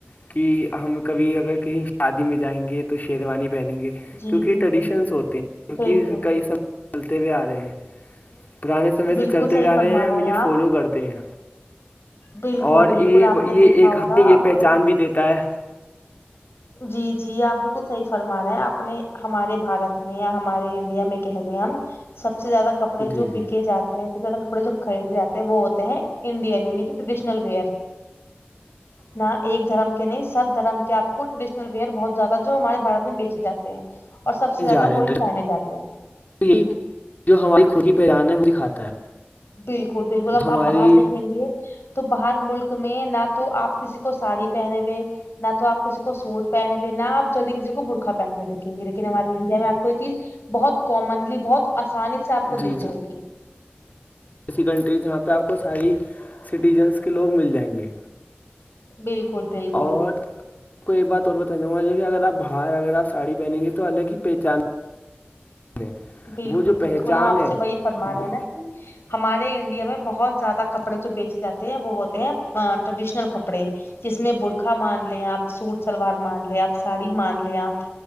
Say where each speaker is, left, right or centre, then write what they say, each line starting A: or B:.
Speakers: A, on the left; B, on the left.
A: کہ ہم کبھی اگر کہیں شادی میں جائیں گے تو شیروانی پہنیں گے
B: جی
A: کیونکہ
B: جی
A: ٹریڈیشنس
B: جی
A: ہوتے ہیں کیونکہ
B: بالکل
A: کئی سم چلتے ہوئے آ رہے ہیں پرانے سمے سے
B: بالکل
A: چلتے
B: صحیح
A: بھیئے آ
B: فرما
A: رہے ہیں ہم انہیں
B: آپ
A: فالو کرتے ہیں
B: بالکل
A: اور یہ
B: بالکل آپ
A: یہ
B: نے دیکھا
A: ایک
B: ہوگا
A: ہمیں یہ
B: اب
A: پہچان بھی دیتا ہے
B: جی جی آپ بالکل صحیح فرما رہے ہیں آپ نے ہمارے بھارت میں یا ہمارے انڈیا میں کہہ لے ہم سب سے زیادہ کپڑے
A: جی
B: جو
A: جی
B: بکے جاتے ہیں س زیادہ کپڑے جو خرید جاتے ہیں وہ ہوتے ہیں انڈین عنی کہ ٹریڈیشنل ویئر نہ ایک دھرم کے نہیں سب دھرم کے آپ کو ٹریڈشنل ویئر بہت زیادہ جو ہمارے بارت بیچے جے ہیں اور سب سے زیادہ
A: جا رہے
B: وہی پہنے جاتے ہیں
A: ہیںن جو ہماری خودی پہچان ہے وہی کھاتا ہے
B: بالکل بالکل اب
A: ہماری
B: آپ باہر دیکھیں گے تو باہر ملک میں نہ تو آپ کسی کو ساڑی پہنے ہوئے نہ تو آپ کسی کو سوٹ پہنے ہوئے نہ آ جلدی کسی کو برخہ پہنے ہوئے دیکیں گے لیکن ہماری انڈیا میں آپ کو یہ چیز بہت کامنلی بہت آسانی سے آپ کو
A: جی
B: دکھ جائے
A: جی
B: گی
A: ایسی کنٹری جہاں پہ آپ کو ساری سٹیزنس کے لوگ مل جائیں گے
B: بالکل بالکل
A: اور کو ایک بات اور بتاناں گا کہ اگر آ باہر اگر آ ساڑی پہنیں گے تو الگ ہی پہچان ہے
B: بالکل
A: وہ جو
B: بالکل
A: پہچان
B: ہم آپ
A: ہے
B: سے وہی فرما
A: وہ
B: رہے ہیں نا کہ ہمارے انڈیا میں بہت زیادہ کپ کپڑے جو بیچے جاتے ہیں وہ ہوتے ہیں ٹریڈیشنل کپڑے جس میں برکھا مان لیں آپ سوٹ سلوار مان لے آپ ساڑی مان لے آپ